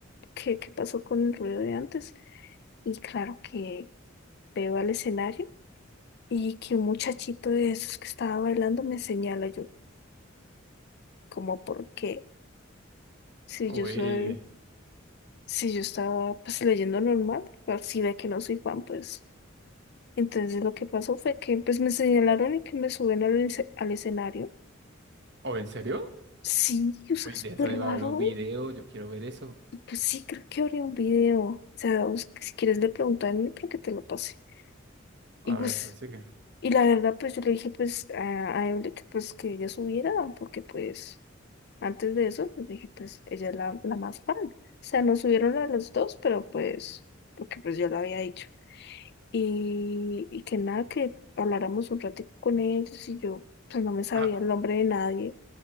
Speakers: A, on the left; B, on the right.
A: ¿Qué, qué pasó con el ruido de antes? Y claro que veo al escenario y que un muchachito de esos que estaba bailando me señala yo, como porque si
B: Uy,
A: yo soy, si yo estaba pues leyendo normal, pero si ve que no soy fan, pues entonces lo que pasó fue que pues me señalaron y que me suben al, esc- al escenario.
B: ¿o en serio?
A: Sí, o sea,
B: Uy,
A: súper
B: de eso debe
A: raro.
B: haber un video, yo quiero ver eso.
A: Pues sí, creo que habría un video. O sea, bus- si quieres le pregunto a mí para que te lo pase. Y
B: A
A: pues,
B: ver, pensé que...
A: y la verdad, pues yo le dije pues a, a Evelyn que pues que ella subiera, porque pues Antes de eso, pues dije, pues ella es la, la más fan. O sea, nos subieron a los dos, pero pues, porque pues yo lo había dicho. Y, y que nada, que habláramos un ratito con ellos y yo, pues no me sabía
B: Ah,
A: el nombre de nadie.